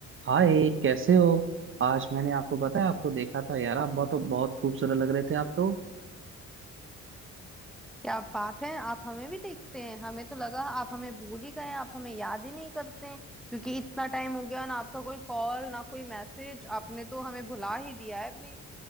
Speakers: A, on the right (about 40°); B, in the centre.
A: हाय कैसे हो आज मैंने आपको पता है आपको देखा था यार आप बहुत बहुत खूबसूरत लग रहे थे आप तो
B: क्या बात है आप हमें भी देखते हैं हमें तो लगा आप हमें भूल ही गए हैं, आप हमें याद ही नहीं करते हैं क्योंकि इतना टाइम हो गया ना आपका कोई कॉल ना कोई मैसेज आपने तो हमें भुला ही दिया है अपनी